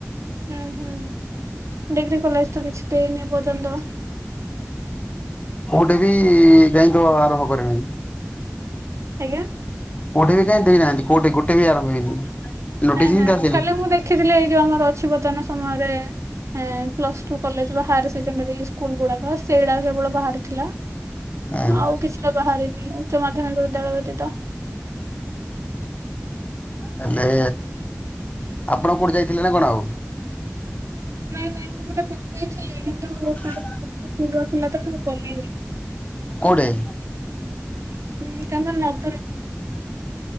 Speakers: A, on the right (about 70°); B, on the left (about 30°).
A: ହୁଁ ହୁଁ ଡ଼ିଗ୍ରୀ କଲେଜ ତ କିଛି ଦେଇନି ଏପର୍ଯ୍ୟନ୍ତ।
B: ମୋ ଟା ବି <unintelligible> ଆରମ୍ଭ କରିନି।
A: ଆଜ୍ଞା।
B: <unintelligible> ବି କାହିଁ ଦେଇନାହାନ୍ତି କୋଉଠି ଗୋଟେ ବି ଆରମ୍ଭ ହେଇନି। ନୋଟିସ
A: ନାଇଁ
B: ହିଁ
A: ନାଇଁ
B: ତ ଆସିନି
A: ଖାଲି ମୁଁ ଦେଖିଥିଲି ଏଇ ଯୋଉ ଆମର ଅଛି ବର୍ତ୍ତମାନ ସମୟରେ ଏଁ ପ୍ଲସ ଟୁ କଲେଜ୍ ବା ହାୟାର ସେକେଣ୍ଡାରୀ ସ୍କୁଲ୍ ଗୁଡ଼ାକ ସେଇଟା କେବଳ ବାହାରିଥିଲା।
B: ହୁଁ
A: ଆଉ କିଛିଟା ବାହାରିନି ଉଚ୍ଚ ମାଧ୍ୟମିକ ବିଦ୍ୟାଳୟ ବ୍ୟତୀତ।
B: ହେଲେ ଆପଣ କୋଉଠି ଯାଇଥିଲେ ନା କଣ ଆଉ?
A: ନାଇଁ ନାଇଁ ମୁଁ ଗୋଟେ ପକେଇଥିଲି। କିନ୍ତୁ
B: <inaudible>
A: ତାର ଦୂର ଥିଲା ତ ମୁଁ ଗଲିନି।
B: କୋଉଠି?
A: <unintelligible>